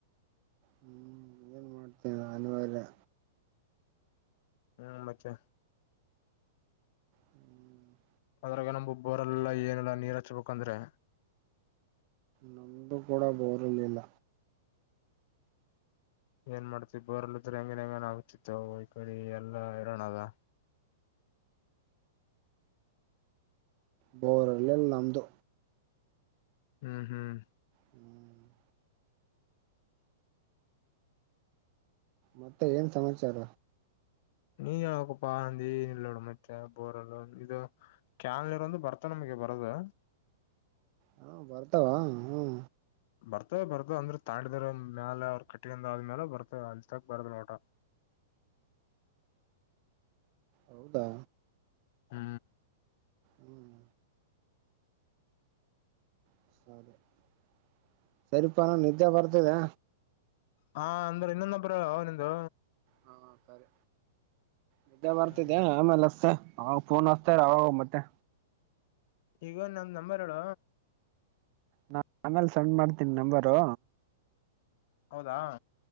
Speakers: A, on the right; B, on the left.
A: ಹ್ಮ್ ಏನ್ ಮಾಡ್ತೀನಿ ನಾನಒಲ್ಯಾ
B: ಹ್ಮ್ ಮಚ್ಚಾ....
A: ಹ್ಮ್ <inaudible>
B: ಅದ್ರಾಗ ನಬ್ಬ ಬೋರ ಅಲ್ಲಾ ಎನ್ ಅಲ್ಲ ನೀರ್ ಹಚ್ಬೇಕಂದ್ರೆ.
A: ನಮದು ಕೂಡ ಬೋರಇರ್ಲಿಲ್ಲ.
B: ಏನ್ ಮಾಡ್ತಿ ಬೋರ್ಲ ಇದ್ರೆ ಹೆಂಗೇನ್ ಹೆಂಗನ ಹುಚ್ಛ್ ಹುಚ್ ಆಗಿ ಕಡಿಗೆ ಎಲ್ಲಾ ಹೈರಾಣ ಆದ....
A: ಬೋರ ಇರಲಿಲ್ಲ ನದ್ದು
B: ಹ್ಮ್ ಹ್ಮ್....
A: ಹ್ಮ್ <inaudible> ಮತ್ತೆ ಏನ್ ಸಮಾಚಾರ...
B: ನೀ ಹೇಳ್ಬೇಕ ಪಾ ನಂದೆ ನಿಲ್ಲೋಡು ಮತ್ತೆ ಯಾ ಬೋರಲು ಇದು... ಕ್ಯಾಲ್ ನೀರ ಒಂದು ಬರ್ತ ನಮಗೆ ಬರೋದು.
A: ಹಾ ಬರ್ತಾವ ಹ...
B: ಬರ್ತೇವೆ ಬರ್ತವೆ ಅಂದ್ರೆ ತಾಂಡಿದ್ರ ಒಂದ ಮ್ಯಾಲ ಅವ್ರ ಕಟ್ಟಿಗೆಡ್ ಅದ ಮೇಲ ಬರತ್ತವ್ ಅಲ್ಲಿ ತನ್ ಬರಲ್ಲ ಮಟ್
A: ಹೌದಾ...
B: ಹಾ....
A: ಹ್ಮ್... <unintelligible> ಸರಿ ತ ಹಂಗಿದ್ರ ನಿದ್ದೆ ಬರ್ತಿದೆ
B: ಹಾ ಅಂದ್ರೆ ಇನ್ನೊಂದೊಬ್ಬರು ಹೇಳ ಅವ ನಿಂ <inaudible>
A: ಹಾ ಸರಿ ನಿದ್ದೆ ಬರ್ತಿದೆ
B: ಹ್ಮ್
A: ಆ ಮೇಲೆ ಹಸ್ತ್... ಅವ ಫೋನ್ ಅಸ್ತಾರ ಅವ ವ ಮತ್ತೆ...
B: ಈಗ ಒನ ನಂದ ನಂಬರ್ ಹೇಳ.....
A: ನಾ ಆಮೇಲೆ ಸೆಂಡ್ ಮಾಡ್ತೀನಿ ನಂಬರು....
B: ಹೌದಾ.....